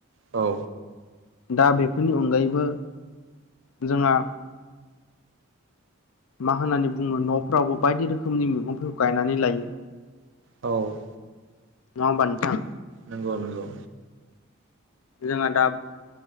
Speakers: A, on the right; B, on the left.
A: औ
B: दा बेफोरनि अनगायैबो जोंहा मा होननानै बुङो न'फ्रावबो बायदि रोखोमनि मैगंफोरखौ गायनानै लायो।
A: औ
B: नङा होमबा नोंथां?
A: नंगौ नंगौ
B: जोंहा दा